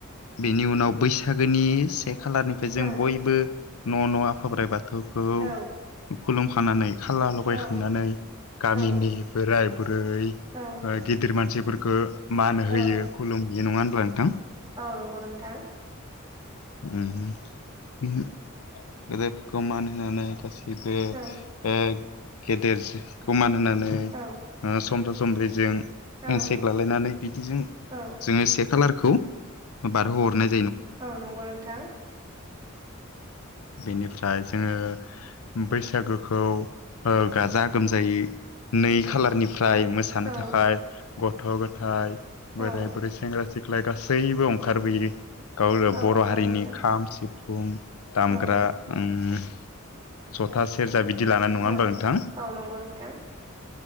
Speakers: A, on the left; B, on the right.
A: बेनि उनाव बैसागोनि से खालारनिफ्राय जों
B: औ
A: बयबो न' न' आफााब्राइ बाथ गथौखौ
B: औ
A: खुलुमफानानै खाला लगायखांनानै
B: औ
A: गामिनि
B: औ
A: बोराय बुरै
B: औ
A: गिदिर मानसि फोरख मान
B: औ
A: होयो खुलुमहैयो नङा होनब्ला नोंथां
B: औ नंगौ नोंथां
A: उम गेदेरफोरखौ मान होनानै बो
B: औ
A: ओ गेदेरखौ मान होनानै
B: औ
A: समब समबि जों
B: औ
A: हेनसेक लालायनानै बिदिजों
B: औ
A: जोङो से खालार खौ बारहोहरनाय
B: औ नंगौ नोंथां।
A: बेनिफ्राय जोङो बैसागोखौ ओ गाजा गोमजायै नै खालारनि फ्राय मोसानो
B: औ
A: थाखाय गथ' गथायाइ
B: औ
A: बोराय बुरै सेंग्रा सिख ख्लाय गासैबो ओंखारबोययो गाव
B: औ
A: बर'
B: नंगौ
A: हारिनि
B: नोंथां
A: खाम सिफुं दामग्रा
B: औ
A: उम जथा सेरजा बिदि बिदि लानाय नङा
B: औ
A: होमबा नोंथां।
B: औ नंगौ नोंथां